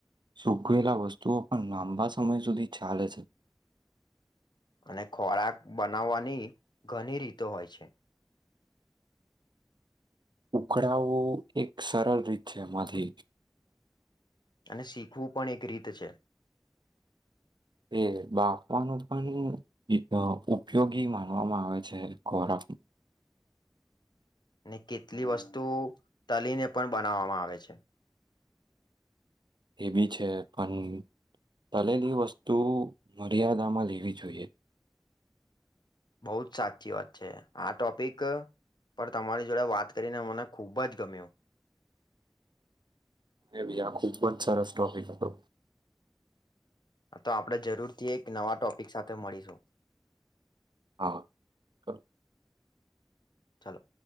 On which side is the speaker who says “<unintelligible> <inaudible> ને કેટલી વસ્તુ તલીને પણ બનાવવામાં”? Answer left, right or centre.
Left